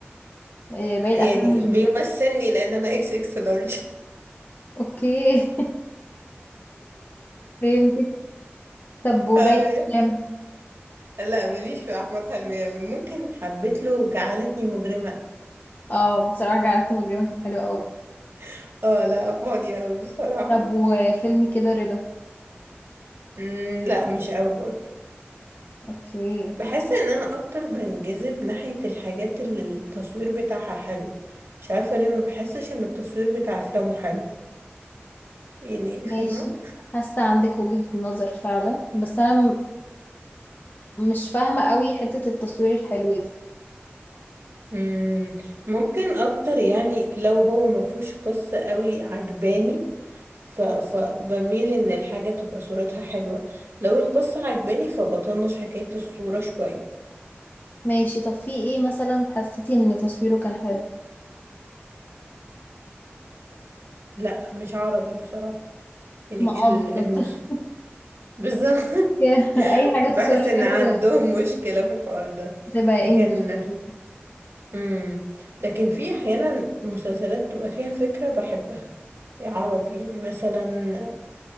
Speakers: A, on the left; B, on the right.
A: إيه، باقي الافلام
B: يعني
A: مش
B: بيمثلني
A: بس
B: لان انا اكس اكس لارج <laughs>
A: اوكي <laughs> فهمتك طب وباقي
B: آه،
A: الافلام
B: لا ماليش في احمد حلمي قوي ممكن حبيت له جعلتني مجرمة
A: اه بصراحة جعلتني مجرما كان حلو قوي
B: <laughs> اه لا فاني قوي بصراحة
A: طب وفيلم كده رضا
B: مم، لا مش قوي برضه
A: اوكي
B: بحس ان انا اكتر بنجذب ناحية الحاجات اللي التصوير بتاعها حلو مش عارفة ليه ما بحسش ان التصوير بتاع افلامه حلو يعني
A: ماشي
B: فاهمة
A: حاسة عندك وجهة نظر فعلا بس انا م- مش فاهمة قوي حتة التصوير الحلو دي
B: مم، ممكن اكتر يعني لو هو ما فيهوش قصة قوي عجباني ف... فبميل ان الحاجة تبقى صورتها حلوة لو القصة عجباني فبطنش حكاية الصورة شوية
A: ماشي طب في ايه مثلا حسيتي ان تصويره كان حلو
B: لا مش عربي بصراحة يعني
A: ما
B: ال-
A: اه بالظبط
B: المس بالظبط <laughs>
A: <laughs> اي حاجة
B: بحس
A: تصويرها
B: ان
A: حلو
B: عندهم مشكلة في الحوار ده
A: تبقى
B: لكن
A: انجلش اكيد
B: امم لكن في احيانا مسلسلات بتبقى فيها فكره بحبها عربي يعني مثلا